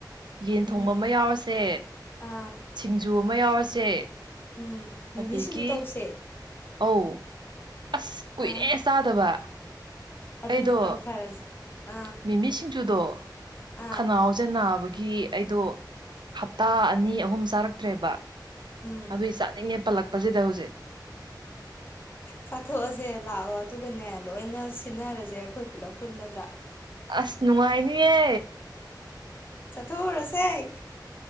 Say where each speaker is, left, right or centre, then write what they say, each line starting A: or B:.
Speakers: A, on the right; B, on the left.
A: ꯌꯦꯟ
B: ꯎꯝ
A: ꯊꯣꯡꯕ ꯑꯃ ꯌꯥꯎꯔꯁꯦ
B: ꯑꯥ
A: ꯁꯤꯡꯖꯨ ꯑꯃ ꯌꯥꯎꯔꯁꯦ
B: ꯎꯝ ꯃꯤꯃꯤꯁꯤꯡꯁꯨ
A: ꯑꯗꯒꯤ
B: ꯇꯧꯁꯦ
A: ꯑꯧ ꯑꯁ ꯀꯨꯏꯔꯦ
B: ꯑꯥ
A: ꯆꯥꯗꯕ
B: ꯑꯗꯨꯅ
A: ꯑꯩꯗꯣ
B: ꯇꯧꯊꯔꯁꯦ ꯑꯥ
A: ꯃꯤꯃꯤ ꯁꯤꯡꯖꯨꯗꯣ
B: ꯑꯥ
A: ꯈꯅꯥꯎꯁꯦ ꯅꯥꯕꯒꯤ ꯒꯤ ꯑꯩꯗꯣ ꯍꯞꯇꯥ ꯑꯅꯤ ꯑꯍꯨꯝ ꯆꯥꯔꯛꯇ꯭ꯔꯦꯕ
B: ꯎꯝ
A: ꯑꯗꯨꯏ ꯆꯥꯅꯤꯡꯉꯦ ꯄꯜꯂꯛꯄꯁꯤꯗ ꯍꯧꯖꯤꯛ
B: ꯆꯥꯊꯣꯛꯑꯁꯦ ꯂꯥꯛꯑꯣ ꯑꯗꯨꯒꯅꯦ ꯂꯣꯏꯅ ꯁꯤꯟꯅꯔꯁꯦ ꯑꯩꯈꯣꯏ ꯄꯨꯜꯂꯞ ꯄꯨꯜꯂꯒ
A: ꯑꯁ ꯅꯨꯅꯨꯡꯉꯥꯏꯅꯤꯌꯦ
B: ꯆꯊꯨꯔ ꯔꯁꯦ